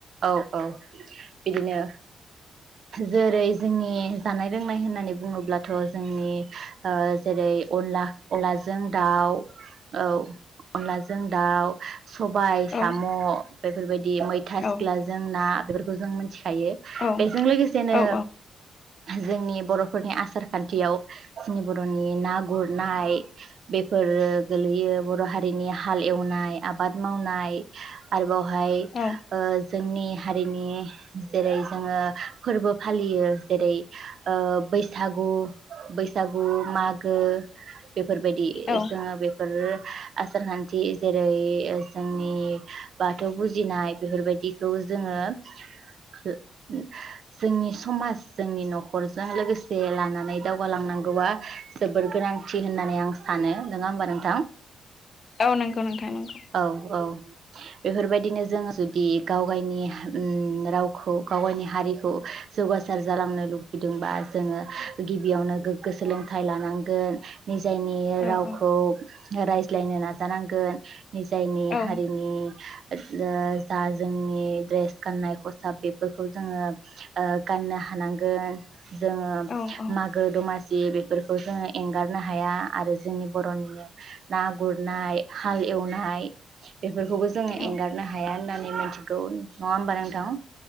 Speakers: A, on the right (about 60°); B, on the left (about 45°).
A: औ औ। बिदिनो जेरै जोंनि जानाय लोंनाय होननानै बुङोब्लाथ' जोंनि ओ जेरै अनला अनलाजों दाउ औ अनलाजों दाउ सबाय साम'
B: औ
A: बेफोरबायदि मैथा
B: औ
A: सिख्लाजों ना बेफोरखौ जों मोनथिखायो
B: औ
A: बेजों लोगोसेनो
B: औ
A: जोंनि बर' फोरनि आसार खान्थियाव जोंनि बर' बर'नि ना गुरनाय बेफोर गोलैयो। बर' हारिनि हाल एवनाय आबाद मावनाय आरोबावहाय
B: औ
A: जोंनि हारिनि जेरै जोङो फोरबो फालियो जेरै ओ बैसा सागु बैसागु मागो बेफोरबायदि
B: औ
A: जोङो बेफोर आसार खान्थि जेरै जोंनि बाथौ फुजिनाय बेफोरबायदिखौ जोङो जोंनि समाज जोंनि न'खरजों लोगोसे से लानानै दावगालांनांगौआ जोबोर गोनांथि होननानै आं सानो नङा होमबा नोंथां?
B: औ नंगौ नोंथां नंगौ
A: औ औ बेफोरबायदिनो जोंङो जुदि गाव गायनि रावखौ गाव गायनि हारिखौ जौगासार जालांनो लुबैदोंबा जोङो गिबियावनो गोग्गो सोलोंथाइ लानांगोन। निजायनि
B: औ
A: रावखौ
B: औ
A: रायज्लायनो नाजानांगोन। नि जायनि
B: औ
A: हारिनि जा जोंनि ड्रेस गाननाय खसाब बेफोरखौ जोङो गाननो हानांगोन। जोङो
B: औ औ
A: मागो दमासि सि बेफोरखौ जोङो एंगारनो हाया आरो जोंनि बर'निनो ना गुरनाय हाल एवनाय बेफोरखौबो जोङो
B: औ
A: एंगारनो हाया होननानै मिथिगौ नङा होमबा नोंथां?